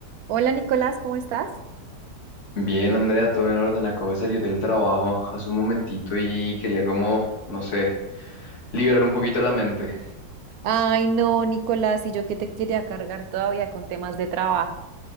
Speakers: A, on the right; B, on the left.
A: Hola Nicolás, ¿cómo estás?
B: Bien, Andrea, todo en orden. Acabo de salir del trabajo hace un momentito y quería como, no sé, liberar un poquito la mente.
A: Ay, no, Nicolás, y yo que te quería cargar todavía con temas de trabajo.